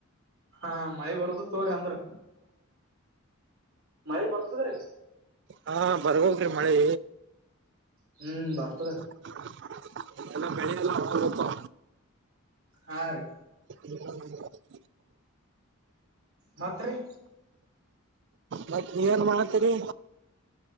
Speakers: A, on the right; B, on the right.
A: ಹಾ ಮಳಿ ಬರ್ತತ ತೋರೀ ಅಂದ್ರ ಮಳೆ ಬರ್ತದ್ರೀ.
B: ಹಾ ಬರ್ಬೇಕ್ ರಿ ಮಳಿ
A: ಹು ಬರ್ತದ ರಿ
B: ದಡ ದಡ ದಡ ಏನಲಾ ಹಾಲು ಉಕ್ಕಸೋವಾ
A: ಹಾ ರೀ
B: ತಿರ್ಗಯ್ಯಾಡಿ ತಿರ್ಗಯ್ಯಾಡಿ
A: ಮತ್ತ ರಿ
B: ಮತ್ತ ನೀವ ಏನ್ ಮಾಡಾತ್ತೀರಿ.